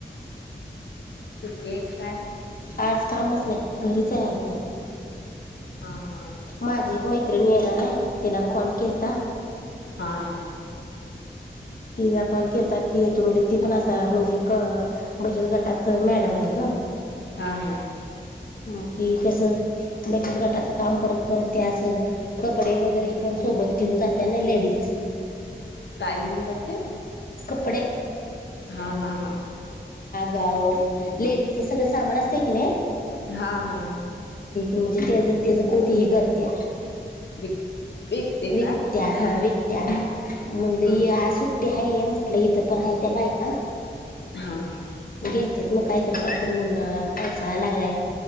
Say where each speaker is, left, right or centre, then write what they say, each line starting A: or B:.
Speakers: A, on the left (about 80°); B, on the left (about 55°).
A: हे क काय....
B: आज कामच नाही घरीच आहे आज मी....
A: हा हा
B: माझी एक मैत्रिणी येणार आहे त्यािला कॉल केलता...
A: हा हा...
B: तिला कॉल केता ती येतो म्हटल्यां पण ती आता म्हणजे बचत गटा च मॅडम आहे ग...
A: हा हा...
B: मग ती कस बचत गटाच काम करत करत ते अस कपडे वगैरे पण... सोबत घेऊन जात्या ना लेडीज...
A: <unintelligible> काय घेऊन जाते
B: कपडे...
A: हा हा हा...
B: गा लेडीजच सगळ सामान असतय की नाही.
A: हा हा
B: म्हणजे त्या त्याच कोणतीही करते.
A: विक विकते
B: विकत्या
A: काय
B: हा विकत्या म्हणटलं
A: हा
B: आ सुट्टी हाय म्हटलं. तोवर हाय त्या बायका
A: हा हा.
B: घेत्यात मग काहीतरी काहीतरी उन्हा पावसा लागलाय